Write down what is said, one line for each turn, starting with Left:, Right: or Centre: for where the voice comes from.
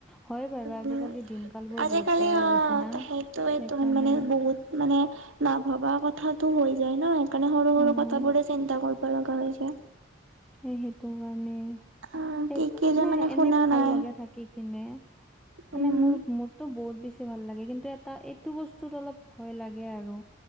Centre: হয় বাৰু
Right: উম,
Centre: আজিকালি দিনকাল বোৰ
Right: আজিকালি
Centre: বহুত বেয়া হৈ
Right: অ',
Centre: গৈছে না
Right: <unintelligible> সেইটোটো
Centre: সেইকাৰণে
Right: মান-মানে বহুত মানে নাভবা কথাটো হৈ যায় ন, সেইকাৰণে সৰু,
Centre: অ
Right: সৰু কথাবোৰে চিন্তা কৰি ব লগা হৈছে।
Centre: সেইটোকাৰণে
Right: অ
Centre: সেই
Right: কি কি
Centre: মানে
Right: যে শুনা
Centre: এনে ভাল
Right: নাই
Centre: লাগে থাকি কিনে।
Right: উম
Centre: মানে মোৰ মোৰটো বহুত বেছি ভাল লাগে, কিন্তু এটা এইটো বচ তোত অলপ ভয় লাগে আৰু।